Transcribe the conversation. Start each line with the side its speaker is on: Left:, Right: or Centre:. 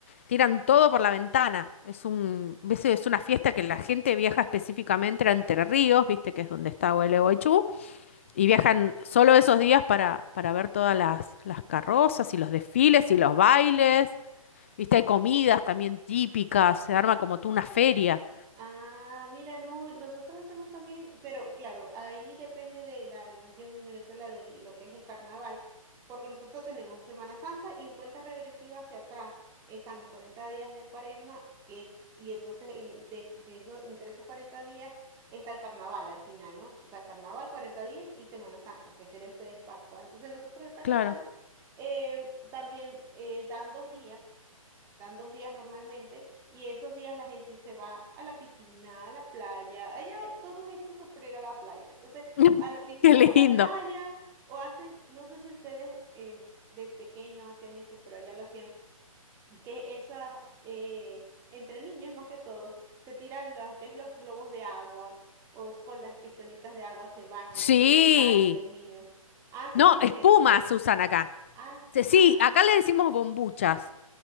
Left: Tiran todo por la ventana. Es un, ves, es una fiesta que la gente viaja específicamente a Entre Ríos, viste que es donde está Gualeguaychú, y viajan solo esos días para, para ver todas las, las carrozas y los desfiles y los bailes. Viste, hay comidas también típicas, se arma como tú una feria.
Right: Ah, mira, no, nosotros hacemos también, pero claro, ahí depende de la región en Venezuela de lo que es el carnaval, porque nosotros tenemos Semana Santa y en cuenta regresiva hacia atrás están los 40 días de Cuaresma, que, y entonces en- de, de eso- entre esos 40 días está el carnaval al final, ¿no? O sea, carnaval, 40 días y Semana Santa, que sería ustedes Pascua. Entonces nosotros el carnaval
Left: Claro.
Right: eh, también eh, dan dos días dan dos días normalmente, y esos días la gente se va a la piscina, a la playa, allá todo es excusa para ir a la playa, entonces
Left: <laughs>
Right: a la piscina
Left: Qué lindo.
Right: o a la playa, o hacen, no sé si ustedes em, de pequeños hacen eso, pero allá lo hacían, que esas, eh, entre niños más que todo, se tiran los, que es los globos de agua, o s- con las pistolitas de agua se bañan
Left: Sí.
Right: así en las calles los niños. Ah, sí
Left: No,
Right: tienen
Left: espumas
Right: eso.
Left: se usan acá.
Right: Ah, espuma.
Left: Se- Sí, acá le decimos bombuchas.